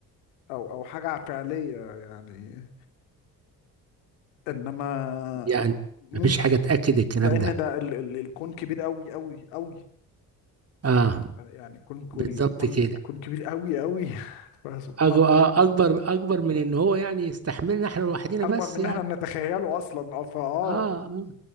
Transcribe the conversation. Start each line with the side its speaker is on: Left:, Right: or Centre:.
Left: او او حاجة فعلية يعني انما
Right: يعني
Left: ممكن
Right: مفيش حاجة تأكد الكلام
Left: لان
Right: ده
Left: ده ال ال الكون كبير قوي قوي قوي
Right: اه
Left: يعني الكون كل-
Right: بالظبط
Left: الكون
Right: كده
Left: الكون كبير قوي قوي <laughs> فسبحان
Right: أج-
Left: الله
Right: آه،
Left: يعني
Right: اكبر
Left: ممكن.
Right: اكبر من ان هو يعني يستحملنا احنا لوحدينا
Left: اكبر
Right: بس
Left: من ان
Right: يعني
Left: احنا بنتخيله اصلا اه فاه
Right: اه آه.